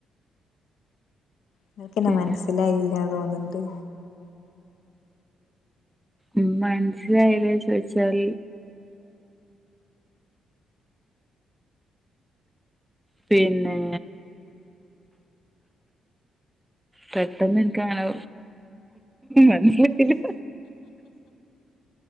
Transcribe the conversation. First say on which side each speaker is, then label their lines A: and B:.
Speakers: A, on the left; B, in the centre.
A: ഇങ്ങെക്ക് ഇന്നെ
B: പിന്നെ
A: മൽസ്സിലായില്ലാ തോന്ന്ണ്ട്.
B: ഉം മൽസ്സിലായിലെ ചോയിച്ചാൽ. പിന്നെ പെട്ടെന്ന് ഇൻക്ക് അങ്ങനെ മൻസിലായിലാ.